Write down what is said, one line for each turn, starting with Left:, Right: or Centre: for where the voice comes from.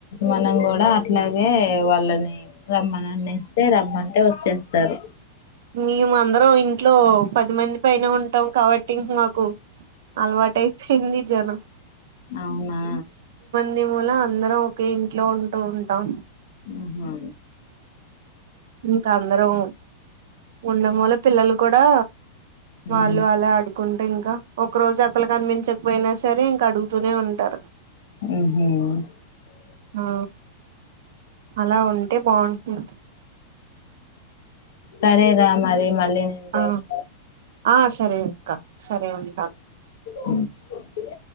Left: మనం కూడా అట్లాగే వాళ్ళని రమ్మని అన్ని ఇస్తే రమ్మంటే వచ్చేస్తారు
Right: మేము అందరం ఇంట్లో పది మంది పైన ఉంటాం కాబట్టి ఇంక నాకు అలవాటు అయిపోయింది జనం
Left: అవునా
Right: ని మూల అందరం ఒక ఇంట్లో ఉంటూ ఉంటాం
Left: ఆహా
Right: ఇంకా అందరం ఉండ మూల పిల్లలు కూడా
Left: మ్మ్
Right: వాళ్ళు అలా ఆడుకుం ఇంకా ఒక రోజు ఆ పిల్ల కనిపించకపోయినా సరే ఇంకా అడుగుతూనే ఉంటారు
Left: ఆహ
Right: ఆ అలా ఉంటే బాగుంటుంది
Left: సరేదా మరి మళ్ళీ నేను చేస్తే
Right: ఆ ఆ సరే అక్క సరే ఉంటా
Left: ఉ